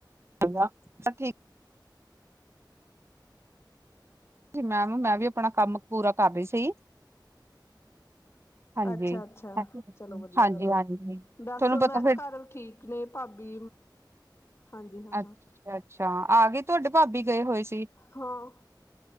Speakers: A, on the right; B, on the left.
A: ਹੈਗਾ, ਸਭ ਠੀਕ ਜੀ ਮੈਮ, ਮੈਂ ਵੀ ਆਪਣਾ ਕੰਮ ਪੂਰਾ ਕਰ ਰਹੀ ਸੀ। ਹਾਂਜੀ।
B: ਅੱਛਾ ਅੱਛਾ,
A: ਹਾਂਜੀ,
B: ਚਲੋ ਵਧੀਆ ਗੱਲ
A: ਹਾਂਜੀ
B: ਐ, ਬਸ
A: ਤੁਹਾਨੂੰ ਪਤਾ
B: ਮੈਂ
A: ਫਿਰ
B: ਘਰ ਠੀਕ ਨੇ ਭਾਬੀ, ਹਾਂਜੀ ਹਾਂ ਹਾਂ।
A: ਅੱਛਾ, ਅੱਛਾ, ਆ ਗਈ ਤੁਹਾਡੇ ਭਾਬੀ ਗਏ ਹੋਏ ਸੀ।
B: ਹਾਂ